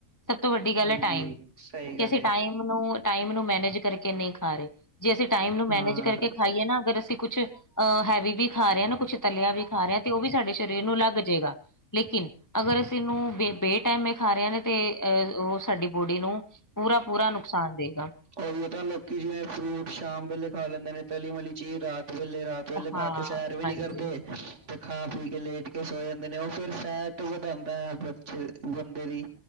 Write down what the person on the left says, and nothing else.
ਸਭ ਤੋਂ ਵੱਡੀ ਗੱਲ
ਏ ਟਾਈਮ,
ਕਿਸੇ
ਟਾਈਮ ਟਾਈਮ ਨੂੰ ਮੈਨੇਜ ਕਰਕੇ ਨਹੀਂ ਖਾ ਰਹੇ। ਜੇ ਅਸੀਂ ਟਾਈਮ ਨੂੰ ਮੈਨੇਜ
ਕਰਕੇ ਖਾਈਏ ਨਾ ਅਗਰ ਅਸੀ ਕੁਛ ਅਹ ਹੈਵੀ ਵੀ ਖਾ ਰਹੇ ਨਾ ਕੁੱਛ ਤਲਿਆ ਵੀ ਖਾ ਰਹੇ ਆ ਤੇ ਉਹ ਵੀ ਸਾਡੇ ਸਰੀਰ ਨੂੰ ਲੱਗ ਜਾਏਗਾ। ਲੇਕਿਨ ਅਗਰ ਅਸੀ ਇਹਨੂੰ ਬੇ ਬੇ ਟਾਈਮੇ ਖਾ ਰਹੇ ਨੇ ਤੇ ਅਹ ਉਹ ਸਾਡੀ ਬੋਡੀ ਨੂੰ ਪੂਰਾ-ਪੂਰਾ ਨੁਕਸਾਨ ਦੇਗਾ।
ਹਾਂ
ਹਾਂਜੀ